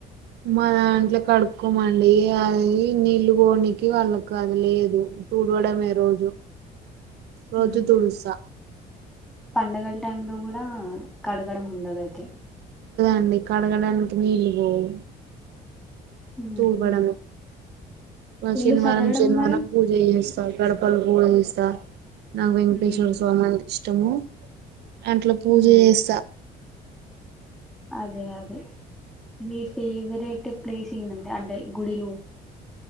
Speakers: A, on the right; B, in the centre.
A: మా దాంట్లో కడుక్కోమండి అది నీళ్లు పొనికి వాళ్ళకి అది లేదు తుడవడమే రోజు రోజు
B: ఉహు
A: తుడుస్తా
B: పండగల టైం లో కూడా కడ్ కడగం ఉండదైతే
A: అండి కడగడానికి నీళ్లు పోవు
B: ఉహు
A: తూడ్వాడమే
B: ఇల్లు
A: శనివారం
B: సదరడం
A: శనివారం
B: మరి
A: పూజ చేస్తా గడపలు పూజిస్ స్త నాకు వెంకటేశ్వర్
B: ఉమ్
A: స్వామంటే ఇష్టము అంట్లో పూజ
B: ఉమ్
A: చేస్తా
B: అదే అదే మీ ఫేవరేట్ ప్లేసెంద్దాండి అంటే గుడిలో